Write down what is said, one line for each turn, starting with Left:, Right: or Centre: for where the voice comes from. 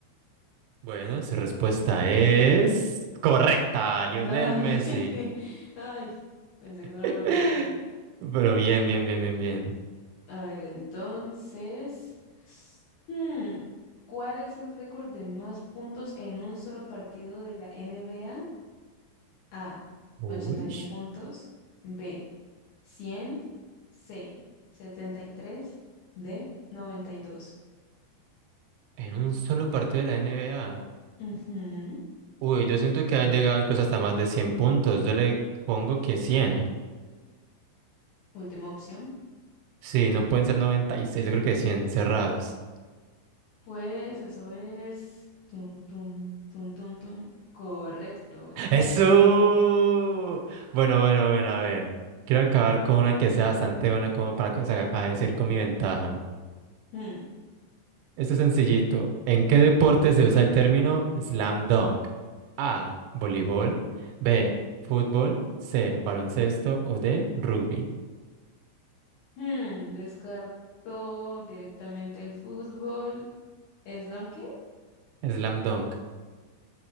Right: Bueno, su respuesta es correcta, Lionel
Left: Ay,
Right: Messi.
Left: <laughs> ay, pensé
Right: <laughs>
Left: que no lo lograría.
Right: Pero bien, bien, bien, bien, bien.
Left: A ver, entonces, hmm, ¿cuál es el récord de más puntos en un solo partido de la NBA? A,
Right: Uy.
Left: 81 puntos. B, cien C, setenta y tres D, 92.
Right: En un solo partido de la NBA.
Left: Ujú.
Right: Uy, yo siento que han llegado incluso hasta más de 100 puntos. Yo le pongo que 100.
Left: Última opción.
Right: Sí, no pueden ser noventa y seis. yo creo que cien cerrados.
Left: Pues eso es... Tum, tum, tum, tum, tum. Correcto.
Right: <laughs> ¡Eso! Bueno, bueno, bueno, a ver. Quiero acabar con una que sea bastante buena como para que- a vencer con mi ventaja.
Left: Hmm.
Right: Esto es sencillito. ¿En qué deporte se usa el término slam dunk? A. Voleibol. B. Fútbol. C. Baloncesto. O D. Rugby.
Left: Hmm, Descartó directamente el fútbol. ¿Islam qué?
Right: Slam dunk.